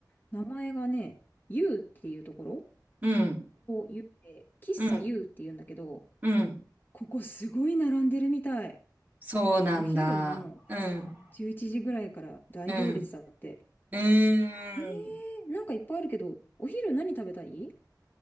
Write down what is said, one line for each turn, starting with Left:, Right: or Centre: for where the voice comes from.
Left: 名前がね、U っていうところ
Right: うん、
Left: ?YOU で、喫茶
Right: うん、
Left: U っていうんだけど、
Right: うん。
Left: ここすごい並んでるみたい。
Right: そうなんだ。
Left: お昼の
Right: うん、
Left: 11時ぐらいから大行列だって。
Right: うん、うーん。
Left: えー、なんかいっぱいあるけど、お昼何食べたい